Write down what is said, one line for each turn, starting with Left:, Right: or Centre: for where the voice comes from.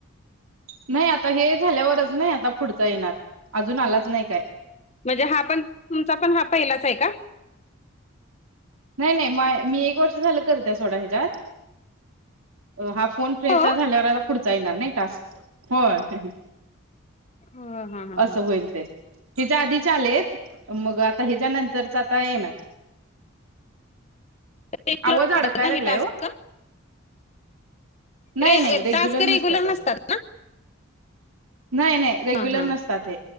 Right: नाही आता हे झाल्यावरच, नाही आता पुढचा येणार. अजून आलाच नाही काय.
Left: म्हणजे हा पण, तुमचा पण हा पहिलाच आहे का?
Right: नाही-नाही म-मी, एक वर्ष झालं करते सोडा ह्याच्यात. हा फोन फ्रेंडचा
Left: हो.
Right: झाल्यावर, आता पुढचा येणार नाही टास्क? होय.
Left: ह हा हा
Right: असं,
Left: हा.
Right: होईल ते. तिच्या आधीचे आलेत, मग आता हेच्या नंतरचा आता येणार.
Left: रेग्युलर
Right: आवाज, अडकाय
Left: ना हे
Right: लागलाय
Left: टास्क
Right: ओ. नाही
Left: रे-रे
Right: नाही
Left: टास्क
Right: नसते
Left: रेग्युलर नसतात. ना?
Right: नाही-नाही, रेग्युलर
Left: हा हा
Right: नसतात हे.